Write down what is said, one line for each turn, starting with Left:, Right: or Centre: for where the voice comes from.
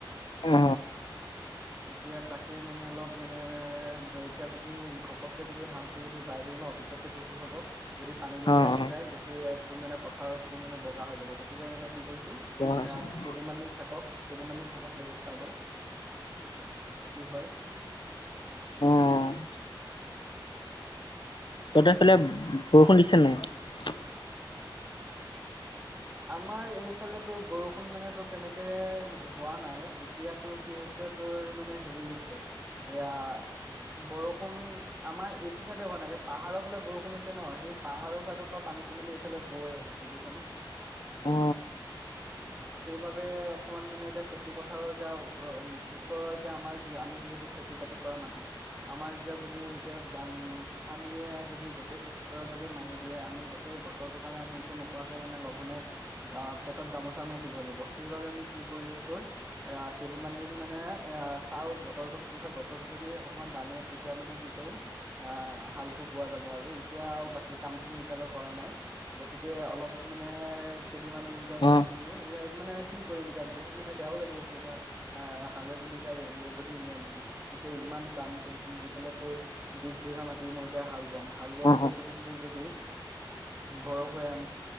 Left: অ।
Right: হয় এতিয়া তাকে মানে অলপ মানে এতিয়া যদি ঘপককে যদি হালটো যদি বাই দিওঁ ন। পিছতকে তোৰ কি হ'ব, যদি পানী যদি
Left: অ অ
Right: আহি
Left: অ
Right: যায়, গোটেই ইয়াত তোৰ মানে পথাৰত তোৰ মানে বগা হৈ যাব। গতিকে মানে কি কৈছো
Left: তহঁতৰ
Right: এ কেইদিনমান দিন থাকক কেইদিনমানি থাকক, এই ৰাস্তাটো। কি হয়।
Left: অহ <inaudible> তহঁতৰ ফালে বৰষুণ দিছেনে নাই।
Right: আমাৰ এইফালে তোৰ বৰষুণ মানে তোৰ তেনেকে হোৱা নাই। এতিয়া তোৰ কি হৈছে তোৰ মানে হেৰি হৈছে। এয়া বৰষুণ, আমাৰ এইটো চাইডে হোৱা নাই পাহাৰৰ ফালে বৰষুণ হৈছে ন। সেই পাহাৰৰ চাইডৰ পৰা পানীটো মানে এইফালে বৈ আহিছে। বুজিছনে।
Left: অ
Right: সেইবাবে অকমান মানে এতিয়া খেতি পথাৰৰ এতিয়া ওচৰৰ এতিয়া আমাৰ আমি যিহেতু খেতি বাতি কৰা মানুহ আমাৰ এতিয়া যদি এতিয়া বানপানীয়ে যদি গোতেই খেতিৰ যদি মাৰি দিয়ে আমি গোটেই বছৰটোৰ কাৰণে আমি একো নোখোৱাকে মানে লঘোনে গা পেটত গামোচা মাৰি থাকিব লাগিব। সেইবাবে আমি কি কৰিছোঁ তোৰ অ', কেইদিনমান দিন মানে এ চাওঁ, বতৰটো কি হয়। বতৰটো যদি অকমান দাঙে, তেতিয়া মানে কি কৰিম। অ', হালটো বোৱা যাব আৰু এতিয়া আৰু বাকী কামখিনি এতিয়ালৈ কৰা নাই, গতিকে অলপ মানে কেইদিনমান দিন এতিয়া
Left: অ
Right: ৰখিছো মানে কি কৰিম এতিয়া বহুত মানে বেয়াও লাগি আছে এতিয়া আহ হালে যদি এতিয়া যদি এতিয়া ইমান দাম দি পেলাই তোৰ বিছ বিঘা মাি মই এতিয়া হাল বোৱাম হাল বোৱাৰ
Left: অ অ
Right: পিছত যদি তোৰ যদি বৰষ হৈ